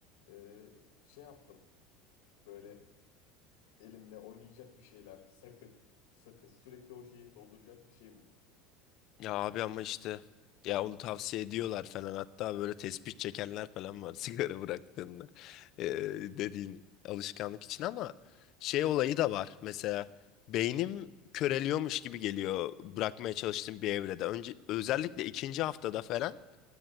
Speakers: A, on the left; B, on the left.
A: ee, şey yaptım. Böyle elimde oynayacak bir şeyler sakın sakız sakız, sürekli o şeyi dolduracak bir şey buldum.
B: Ya abi ama işte ya onu tavsiye ediyorlar falan hatta böyle tespih çekenler falan var <laughs> sigara bıraktığında Ee, dediğin alışkanlık için ama şey olayı da var mesela beynim köreliyormuş gibi geliyor bırakmaya çalıştığım bir evrede önce özellikle ikinci haftada falan